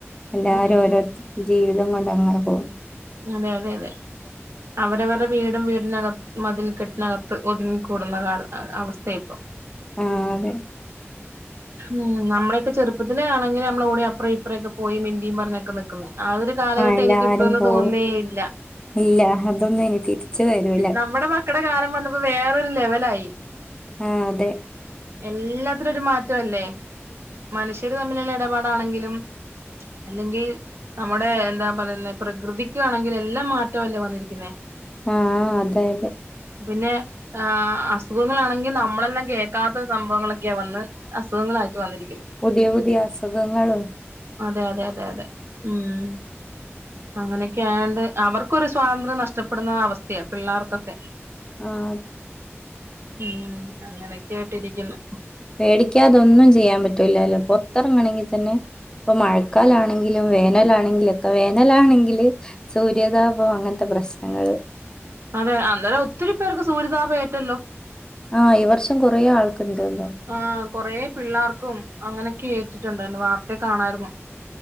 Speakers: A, on the left (about 15°); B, on the right (about 60°).
A: അല്ലാരും
B: ഉം
A: ഓരോര് ജീവിതം കൊണ്ടങ്ങനെ പോവും.
B: അതെ അതെ അതെ അവരവരുടെ വീടും വീടിനകത്ത് മതിൽ കെട്ടിനകത്ത് ഒതുങ്ങിക്കൂടുന്ന അവസ്ഥ ഇപ്പോ.
A: ആഹ്, അതെ.
B: ഹും നമ്മളെ ഒക്കെ ചെുപ്പത്തില് ആണെങ്കിൽ നമ്മള് ഓടി അപ്പ്രേ ഇപ്പ്രേ ഒക്കെ പോയി മിണ്ടിം പറഞ്ഞൊക്കെ നിക്ക്ന്ന്. ആ ഒര് കാലഘട്ടം
A: എല്ലാരും
B: ഇനി കിട്ടുന്ന്
A: പോവും
B: തോന്ന്ന്നേ ഇല്ല
A: ഇല്ല അതൊന്നും ഇനി തിരിച്ചു വരൂല
B: നമ്മടെ മക് മക്കടെ കാലം വന്നപ്പോ വേറൊരു ലെവലായി.
A: ഉം, അതെ.
B: എല്ലാത്തിനെരു മാറ്റവല്ലേ. മനുഷ്യര് തമ്മില്ള്ള എടപാടാണെങ്കിലും. അല്ലെങ്കി നമ്മുടെ എന്താ, പറയുന്നെ പ്രകൃതിക്കു ആണെങ്കിലും എല്ലാം മാറ്റ അല്ലേ വന്നിരിക്ക്ന്നേ.
A: ആഹ് ആഹ് അതെ അതെ
B: പിന്നെ, ഏ അസുഖങ്ങളാണെങ്കി നമ്മളെല്ലാം കേക്കാത്ത, സംഭവങ്ങളൊക്കെയാ വന്ന്. അസുഖങ്ങളായിട്ട് വന്നിരിക്ക്ന്ന്
A: പുതിയ, പുതിയ, അസുഖങ്ങളും.
B: അതെ, അതെ, അതെ, അതെ ഉം. പ്പ അങ്ങനെയൊക്കെ ആയേണ്ട്. അവർക്കൊരു സ്വാതന്ത്ര്യം, നഷ്ടപ്പെടുന്ന അവസ്ഥയാ, പിള്ളേർക്കൊക്കെ.
A: ആഹ് <unintelligible>
B: ഉം അങ്ങനെക്കെയായിട്ടിരിക്കിന്ന്
A: പേടിക്കാതെ ഒന്നും ചെയ്യാൻ പറ്റൂലല്ലോ പൊർത്തെറങ്ങെണങ്കി തന്നെ. ഇപ്പ മഴക്കാലാണെങ്കിലും, വേനലാണെങ്കിലൊക്കെ, വേനലാണെങ്കില്. സൂര്യാതാപം അങ്ങൻത്തെ പ്രശ്നങ്ങള്.
B: അതെ, അന്നേരം ഒത്തിരി പേർക്ക് സൂര്യതാപം ഏറ്റല്ലോ.
A: ആഹ്, ഈ വർഷം കൊറേ ആൾക്ക് ഇണ്ടേലോ
B: ആഹ് കൊറെ പിള്ളാർക്കും അങ്ങനെക്കെ ഏറ്റിട്ട്ണ്ടാര്ന്നു. വാർത്തെ കാണായിർന്നു.